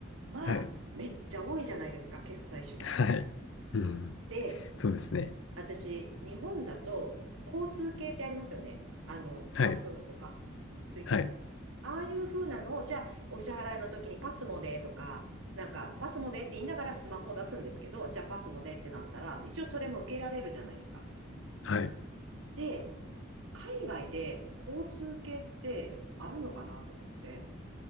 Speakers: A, on the right (about 75°); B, on the left (about 70°).
A: まあ、
B: はい。
A: めっちゃ多いじゃないですか、決済手段。
B: はい。うん。
A: で
B: そうですね。
A: 私、日本だと、交通系ってありますよね。あの、
B: はい。
A: パスモとか、スイカとか。
B: はい。
A: ああいう風なのを、じゃあ、お支払いの時にパスモでとか、なんか、パスモでって言いながらスマホを出すんですけど、じゃあパスモでってなったら、一応それも受けられるじゃないですか。
B: はい。う
A: で、海外で交通系ってあるのかなと思って。